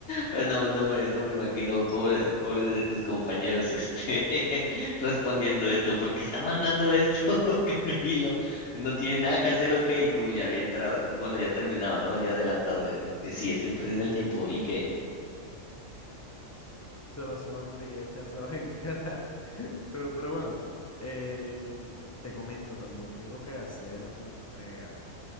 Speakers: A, on the left (about 60°); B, on the left (about 25°).
A: Pues no, no me, no me imagino, pobre, pobre de tus compañeros, este, <laughs> respondiendo esto, ¿por qué está mandando esto, <laughs> Camilo? No tiene nada que hacer, ok, y tú ya bien, tra- bueno, ya terminado, ¿no? Ya adelantado, de, de sí, estoy perdiendo el tiempo, ¿y qué?
B: Solo, solamente quería echárselos en cara. <laughs> Pero, pero bueno, eh, te comento también, tengo que hacer una entrega.